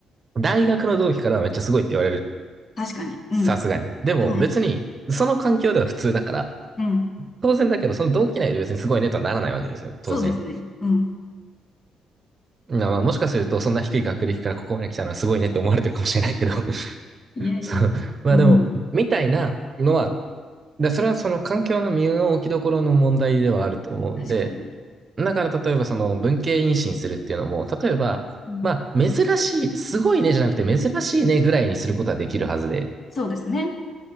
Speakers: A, on the right; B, on the left.
A: 大学の同期からはめっちゃすごいって言われる。
B: 確かに。うん。
A: さすがに。でも別に、
B: はい。
A: その環境では普通だから、
B: うん。
A: 当然だけど、その同期内で別にすごいねとはならないわけですよ。当然。
B: そうですね。うん。
A: まあまあ、もしかすると、そんな低い学歴からここまで来たのはすごいねって思われてるかもしれないけど <laughs>。
B: いやいやいや。
A: そう。まあでも、
B: うん。
A: みたいなのは、でそれはその環境の身の置きどころの問題ではあると思うんで、
B: 確かに。
A: だから例えばその文系妊進するっていうのも、例えば、
B: うん。
A: まあ、珍しい、すごいねじゃなくて珍しいねぐらいにすることはできるはずで、
B: そうですね。